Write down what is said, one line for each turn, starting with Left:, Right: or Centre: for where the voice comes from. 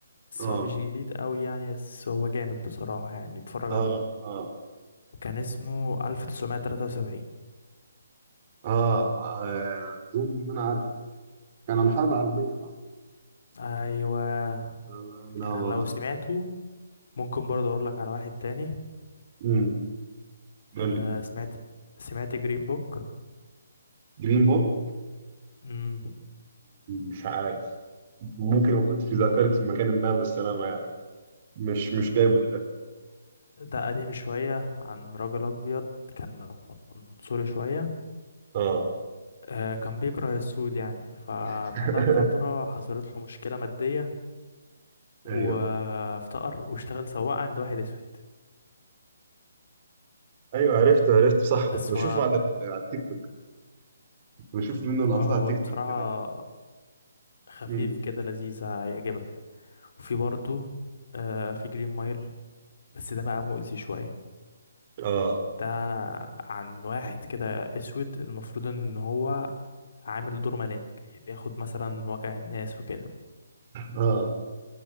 Left: بس
Right: اه
Left: هو مش جديد قوي يعني بس هو جامد بصراحة يعني اتفرج
Right: اه
Left: عليه
Right: اه
Left: كان اسمه 1973
Right: اه آه، اظن ان انا عارفه كان عن الحرب العالميه صح
Left: ايوه
Right: انا
Left: يعني
Right: أنا-
Left: لو سمعته ممكن برضه اقول لك على واحد تاني
Right: امم قول
Left: آه
Right: لي
Left: سمعت سمعت جرين بوك
Right: جرين بوك
Left: امم
Right: مش عارف ممكن لو كنت في ذاكرتي مكان ما بس انا ما يعني مش مش جايبه دلوقتي
Left: ده قديم شوية عن رجل أبيض كان عنصري شوية
Right: اه
Left: آه، كان بيكره السود يعني فبعدها
Right: <laughs>
Left: بفترة حصلت له مشكلة مادية وافتقر
Right: ايوه
Left: واشتغل سواق عند واحد أسود
Right: ايوه عرفته عرفته صح كنت
Left: بس
Right: بشوفه
Left: هو
Right: على على التيك توك كنت بشوف منه لقطات
Left: آه،
Right: على
Left: هو
Right: التيك
Left: بصراحة
Right: توك كده
Left: خفيف
Right: مم.
Left: كده لذيذ هيعجبك وفي برضه آه، في جرين مايل بس ده بقى مؤذي شوية
Right: اه
Left: ده عن واحد كده أسود المفروض إن هو عامل دور ملاك بياخد مثلا وجع الناس وكده
Right: اه